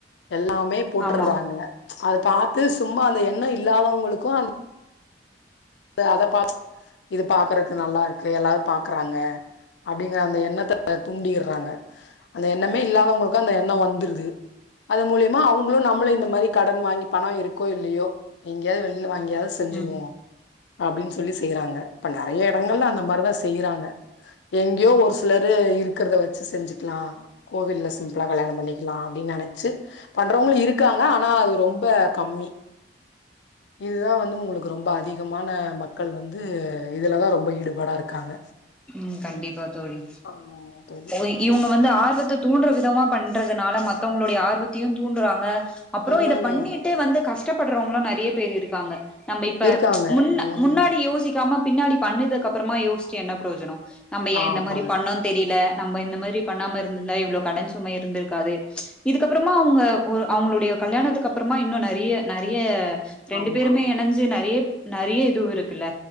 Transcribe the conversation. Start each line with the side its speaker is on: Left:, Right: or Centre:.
Left: எல்லாமே போட்டுர்றாங்க
Centre: ஆமா
Left: அத பாத்து சும்மா அந்த எண்ண இல்லாதவங்களுக்கு அந் த அத பா இது பாக்குறக்கு நல்லா இருக்கு எல்லாரு பாக்கறாங்க அப்டிங்கிற அந்த எண்ணத்த தூண்டிர்றாங்க அந்த எண்ணமே இல்லாதவங்களுக்கு அந்த எண்ண வந்துருது அது மூலியமா அவுங்களு நம்மள இந்த மாரி கடன் வாங்கி பண இருக்கோ இல்லையோ எங்கியாது வெளியில வாங்கியாது செஞ்சுருவோ
Centre: ம்
Left: அப்டின் சொல்லி செய்யறாங்க இப்ப நெறைய எடங்கள்ல அந்த மார்தா செய்யறாங்க எங்கேயோ ஒரு சிலரு இருக்கறத வச்சு செஞ்சுக்லா கோவில்ல சிம்ப்ளா கல்யாண பண்ணிக்லா அப்டின் நெனச்சு பண்றவங்களு இருக்காங்க ஆனா அது ரொம்ப கம்மி இதுதா வந்து உங்களுக்கு ரொம்ப அதி கமான மக்கள் வந்து இதுலதா ரொம்ப ஈடுபாடா இருக்காங்க
Centre: ம் கண்டிப்பா தோழி
Left: ஆமா தோழி
Centre: ஓய் இவுங்க வந்து ஆர்வத்த தூண்டுற விதமா பண்றதுனால மத்தவங்களுடைய ஆர்வத்தையு தூண்டுறாங்க அப்றோ
Left: ம்
Centre: இத பண்ணிட்டு வந்து கஷ்டப்படுறவங்களு நெறைய பேர் இருக்காங்க நம்ப இப்ப
Left: இருக்காங்க
Centre: முன்ன
Left: ம்
Centre: முன்னாடி யோசிக்காம பின்னாடி பண்ணுதுக்கு அப்றமா யோச்சி என்ன ப்ரோஜனோ நம்ம ஏ
Left: ஆமாங்க
Centre: இந்த மாரி பண்ணோந் தெரியில நம்ப இந்த மாரி பண்ணாம இருந்துந்தா இவ்ளோ கடன் சுமை இருந்துருக்காது இதுக்கப்றமா அவுங்க ஒரு அவுங்களுடைய கல்யாணத்துக்கு அப்றமா இன்னு நெறைய நெறைய ரெண்டு
Left: ஆமா
Centre: பேருமே எனஞ்சி நெறைய நெறைய இது இருக்குல்ல